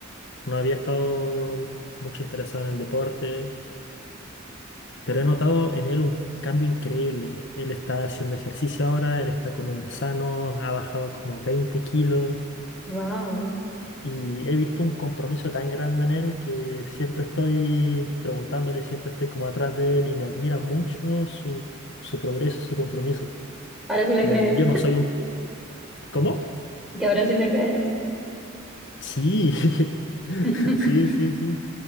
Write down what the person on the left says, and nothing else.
no había estado mucho interesado en el deporte, pero he notado en él un cambio increíble. Él está haciendo ejercicio ahora, él está comiendo sano, ha bajado como 20 kilos
y he visto un compromiso tan grande en él que siempre estoy preguntándole, siempre estoy como atrás de él y me admira mucho su, su progreso, su compromiso.
Eh,
yo no soy un... ¿Cómo?
Sí, <laughs>
sí, sí, sí.